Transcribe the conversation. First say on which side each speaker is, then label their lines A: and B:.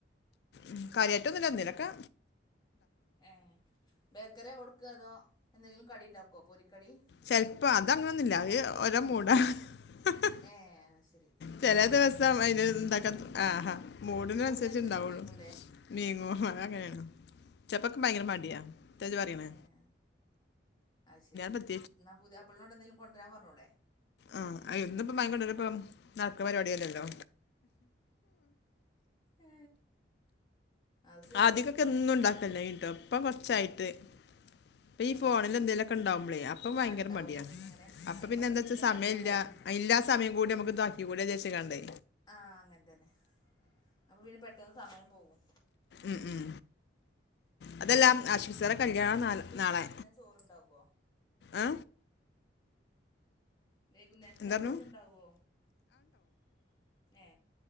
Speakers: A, on the left; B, on the left.
A: ഉ കാര്യട്ട ഒന്നുമല്ല ന്തലുമൊക്കെ
B: ഏ ബേക്കറെ കൊടുക്കുക അതോ എന്തെങ്കിലും കടി ഉണ്ടാക്കുമോ പൊരിക്കടി
A: ചെിലപ്പോ അത അങ്ങനൊന്നുമില്ല ഒ മൂട ഹഹ
B: ഏഹ് അത് ശരി
A: ചില ദിവസ
B: മൂ
A: അന്ന്താക്ക ആഹാ മൂഡ് നനുസരിച്ച
B: മൂഡിനനുസരിച്ച്
A: ഇണ്ടാവുള്ളു
B: നീങ്ങൂലേ
A: നീങ്ങോ അങ്ങനെയാണ് ചപ്പൊക്കെ ഭയങ്കര മടിയാ പറയാണ്
B: ഏഹ് അത് ശരി
A: വഞൻ
B: എന്നാ പുതിയ അപ്പിളിനോണ്ട് എന്തേങ്കും കൊണ്ടുവരാൻ പറഞ്ഞോൂടെ
A: ആഹ അ ഒന്ന ഇപ്പ മയക്കൊണ്ടുവര ഇപ്പ നക്ക് പരിപാടി അല്ലല്ലോ
B: ഏ അത് ശരിയാണ്
A: ആദ്യംൊക്കെ ഒന്നും ഉണ്ടാക്കല്ല കീട്ടും ഇപ്പ കൊറച്ചായിട്ട് അപ്പ ഈ
B: ഏ
A: ഫോണിൽ എന്തേലൊക്കെ ഉണ്ടാവുമ്പളേ അപ്പൊ ഭയങ്കര
B: ആ ഉണ്ടാവുമ്പോ
A: മടിയാണ്
B: പിന്നെ ഇങ്ങനെ
A: അപ്പൊ
B: അയിമ
A: പിന്നെ
B: അങ്ങനെ
A: എന്താച്ചാ
B: ഇരുന്ന്
A: സമയമ
B: ടൈമ്
A: ഇല്ല
B: പോകും
A: ഇല്ലാ സമയം കൂടി നമുക്ക് തക്കി കൂടെ ചേച്ചിക്കണ്ടേ
B: ആഹ അങ്ങനെ തന്നെ അപ്പൊ പിന്നെ പെട്ടെന്ന് സമയം പോകും.
A: ഉം ഉം അതെല്ലാം ആശ്വസറ കല്യാണം ന
B: ഇനി വൈകുന്നേരത്തിനാ
A: നാളെ
B: ചോറുണ്ടാകുവോ
A: ഏ
B: വൈകുന്നേരത്തിന
A: എന്തായിരുന്നു
B: ചോറണ്ടാവോ ഏ